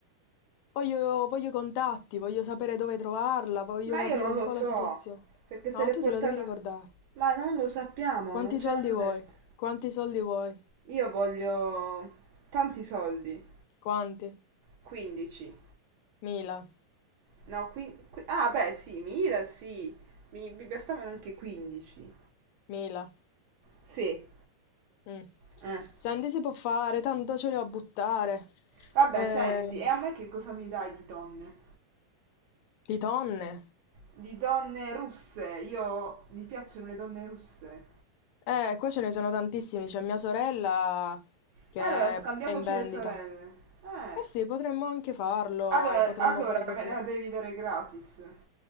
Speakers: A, on the left (about 80°); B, on the right (about 75°).
A: Voglio, voglio i contatti, voglio sapere dove trovarla, voglio
B: Ma
A: capire
B: io non
A: un
B: lo
A: po'
B: so,
A: la situazione.
B: perché se
A: No,
B: l'è
A: tu
B: portata...
A: te lo devi ricordare.
B: Ma non lo sappiamo,
A: Quanti
B: non ce
A: soldi
B: l'hanno detto.
A: vuoi? Quanti soldi vuoi?
B: Io voglio tanti soldi.
A: Quanti?
B: 15.
A: Mila,
B: No, qui, qui- Ah, beh, sì, Mira, sì. Mi, mi bastavano anche 15.
A: mila.
B: Sì.
A: Mm.
B: eh.
A: Senti, si può fare, tanto ce li ho a buttare.
B: Vabbè,
A: Eh,
B: senti, e a me che cosa mi dai di donne?
A: di tonne.
B: Di donne russe. Io... Mi piacciono le donne russe.
A: Eh, qua ce ne sono tantissimi. C'è mia sorella che
B: E allora, scambiamoci
A: è in vendita.
B: le sorelle. Eh.
A: Eh sì, potremmo anche farlo,
B: Allora,
A: potremmo
B: allora
A: fare così.
B: me la devi dare gratis.